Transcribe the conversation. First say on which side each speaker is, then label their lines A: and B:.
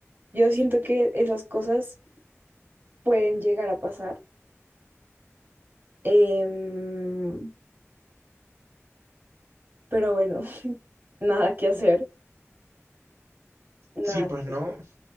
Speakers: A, on the right; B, on the right.
A: Yo siento que esas cosas pueden llegar a pasar. em, pero bueno, <laughs> nada que hacer, nada
B: Sí, pues no,
A: que hacer.